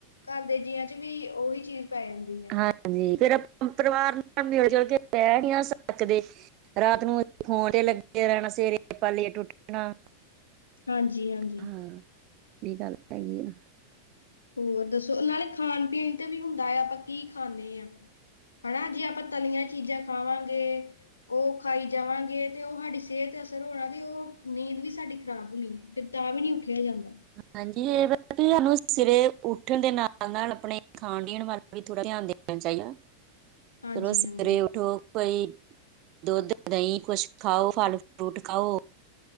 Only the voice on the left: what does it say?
ਘਰ ਦੇ ਜੀਆਂ ਚ' ਵੀ ਉਹੀ ਚੀਜ਼ ਪੈ ਜਾਂਦੀ। ਆ।
ਹਾਂਜੀ- ਹਾਂਜੀ।
ਹੋਰ ਦੱਸੋ ਨਾਲੇ ਖਾਣ- ਪੀਣ ਤੇ ਵੀ ਹੁੰਦਾ ਆ, ਆਪਾਂ ਕੀ ਖਾਂਦੇ ਹਾਂ। ਹਨਾ। ਜੇ ਆਪਾਂ ਤਲੀਆਂ ਚੀਜ਼ਾਂ ਖਾਵਾਂਗੇ ਉਹ ਖਾਈ ਜਾਵਾਂਗੇ ਤੇ ਉਹ ਸਾਡੀ ਸਿਹਤ ਤੇ ਅਸਰ ਹੋਣਾ। ਤੇ ਉਹ ਨੀਂਦ ਵੀ ਸਾਡੀ ਖ਼ਰਾਬ ਹੋਣੀ। ਫਿਰ ਤਾਂ ਵੀ ਨਹੀਂ ਉੱਠਿਆ ਜਾਂਦਾ।
ਹਾਂਜੀ
ਹਾਂਜੀ